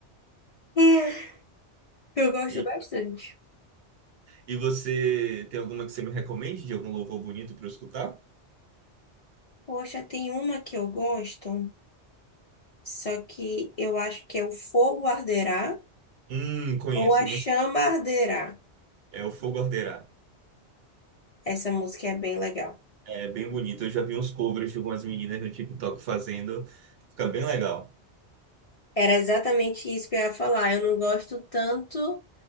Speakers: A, on the left; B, on the right.
A: que eu gosto
B: E,
A: bastante.
B: e você tem alguma que você me recomende de algum louvor bonito para eu escutar?
A: Poxa, tem uma que eu gosto, só que eu acho que é O Fogo Arderá.
B: Hum, conheço,
A: Ou A
B: é muito.
A: Chama Arderá.
B: É o Fogo Arderá.
A: Essa música é bem legal.
B: É bem bonito. Eu já vi uns covers de algumas meninas no TikTok fazendo. Fica bem legal.
A: Era exatamente isso que eu ia falar. Eu não gosto tanto